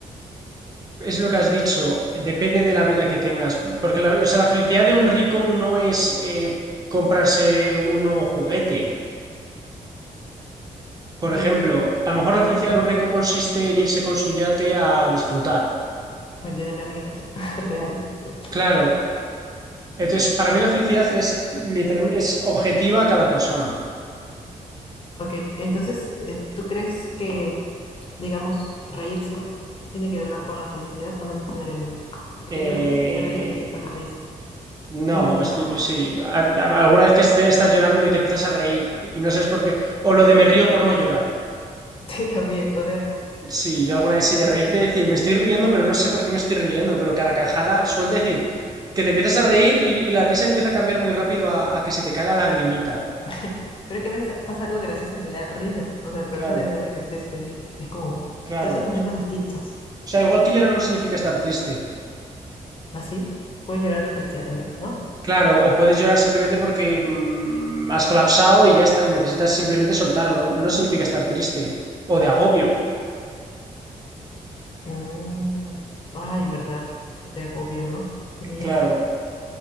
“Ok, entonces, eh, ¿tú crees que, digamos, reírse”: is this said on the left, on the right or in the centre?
Left